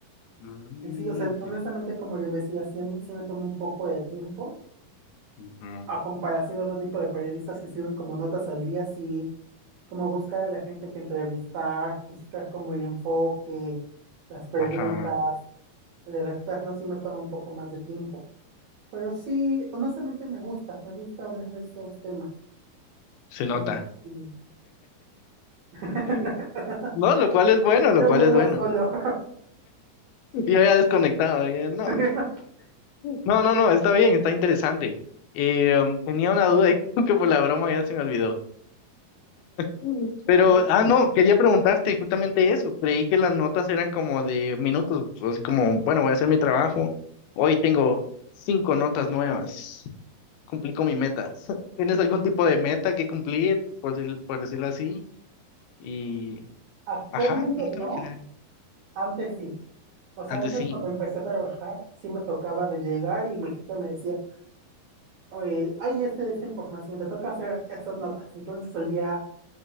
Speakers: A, on the left; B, on the right.
A: Mm,
B: Sí, o sea,
A: ya.
B: honestamente como la investigación sí me toma un poco de tiempo,
A: Ujú.
B: a comparación de otro tipo de periodistas que escriben como notas al día, sí, como buscar a la gente que entrevistar, buscar como el enfoque, las preguntas,
A: Ajá,
B: redactarlo sí me toma un poco más de tiempo. Pero sí, honestamente me gusta, me gusta hablar de esos temas,
A: se nota.
B: como que... <laughs>
A: Mm. No, lo cual es bueno,
B: Yo,
A: lo
B: yo
A: cual
B: hablando
A: es bueno.
B: solo.
A: <laughs> Yo ya desconectado, ya no.
B: <laughs>
A: No, no, no, está bien, está interesante. Eh, um, tenía una duda y <laughs> creo que por la broma ya se me olvidó. Mm. Pero,
B: Sí.
A: ah, no, quería preguntarte justamente eso. Creí que las notas eran como de minutos, así como, bueno, voy a hacer mi trabajo. Hoy tengo cinco notas nuevas. Cumplí con mi meta. <laughs> ¿Tienes algún tipo de meta que cumplir, por, decir- por decirlo así? Y,
B: Actualmente
A: ajá, no
B: no,
A: te imaginas.
B: Antes sí. O sea,
A: Antes
B: antes
A: sí.
B: cuando empecé a trabajar, sí me tocaba de llegar y mi jefe me decía, oye, hay este, esta información, te toca hacer estas notas. Entonces el día,